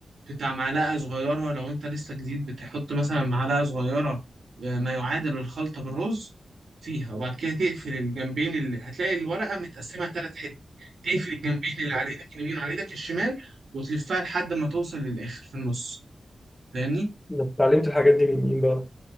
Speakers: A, on the right; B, on the left.
A: بتاع معلقة صغيرة لو أنت لسه جديد بتحط مثلا معلقة صغيرة آه، ما يعادل الخلطة بالرز فيها وبعد كده تقفل الجنبين اللي هتلاقي الورقة متقسمة ثلاث حتت تقفل الجنبين اللي على إيدك اليمين وعلى إيدك الشمال وتلفها لحد ما توصل للآخر في النص فاهمني؟
B: انا اتعلمت الحاجات دي من مين بقى